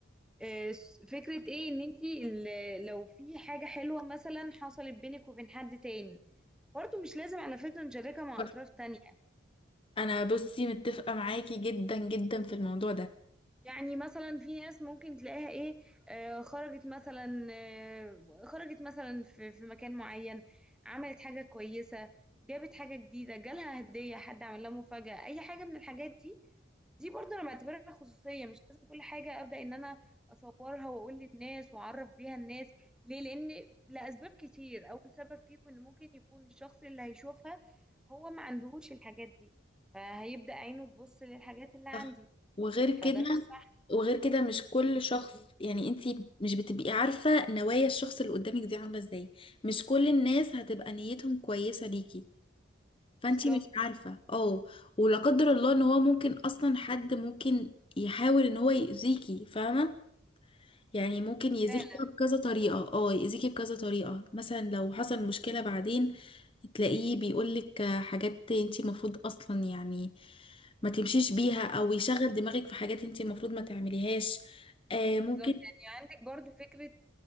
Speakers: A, in the centre; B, on the left (about 25°).
A: آه، س- فكرة ايه ان انت ال- لو في حاجة حلوة مثلا حصلت بينك وبين حد تاني برضو مش لازم على فكرة نشاركها مع
B: صح.
A: اطراف تانية
B: انا بصي متفقه معاكي جدا جدا في الموضوع ده
A: يعني مثلا في ناس ممكن تلاقيها ايه آه خرجت مثلا آه خرجت مثلا في, في مكان معين عملت حاجة كويسة جابت حاجة جديدة جالها هدية حد عمل لها مفاجأة أي حاجة من الحاجات دي دي برضه أنا بعتبرها خصوصية مش لازم كل حاجة أبدأ إن أنا أصورها وأقول للناس وأعرف بيها الناس ليه لأن لأسباب كتير أول سبب فيهم إن ممكن يكون الشخص اللي هيشوفها هو ما عندهوش الحاجات دي فهيبدأ عينه تبص للحاجات اللي عندي
B: صح وغير
A: فده
B: كده
A: مش صح
B: وغير كده مش كل شخص يعني انت مش بتبقي عارفه نوايا الشخص اللي قدامك دي عامله ازاي مش كل الناس هتبقى نيتهم كويسه ليكي
A: بالظبط
B: فانتي مش عارفة اه ولا قدر الله ان هو ممكن اصلا حد ممكن يحاول ان هو يأذيكي فاهمة يعني ممكن يأذيكي
A: فعلا
B: بقى بكذا طريقة اه يأذيكي بكذا طريقة مثلا لو حصل مشكلة بعدين تلاقيه بيقولك حاجات انتي المفروض اصلا يعني ما تمشيش بيها او يشغل دماغك في حاجات انتي المفروض ما تعمليهاش آه ممكن
A: بالظبط يعني عندك برضو فكرة